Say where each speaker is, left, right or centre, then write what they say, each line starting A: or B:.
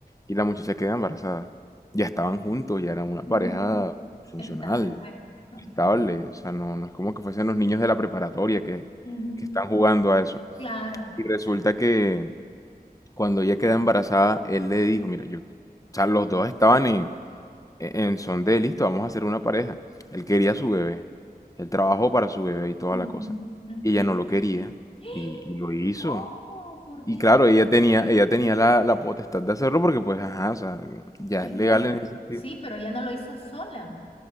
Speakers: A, on the left; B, on the left.
A: Y la muchacha queda embarazada. Ya estaban juntos, ya eran una
B: ujú.
A: pareja funcional,
B: Estable, pues. Ok.
A: estable. O sea, no, no es como que fuesen los niños de la preparatoria que,
B: Ujú.
A: que están jugando a eso.
B: Claro,
A: Y
B: exacto.
A: resulta que cuando ella queda embarazada, él le dijo, mira, yo, o sea, los dos estaban en, e- en son de, listo, vamos a hacer una pareja. Él quería a su bebé, él trabajó para su bebé y toda
B: Ujú,
A: la cosa.
B: ujú.
A: Y ella no lo quería
B: <gasps> ¡Ah!
A: y, y lo hizo.
B: ¿Cómo? Por
A: Y
B: Dios.
A: claro, ella tenía, ella tenía la, la potestad de hacerlo porque pues, ajá, o sea, ya
B: Es
A: es legal
B: la deci-
A: en ese sentido.
B: Sí, pero ella no lo hizo sola,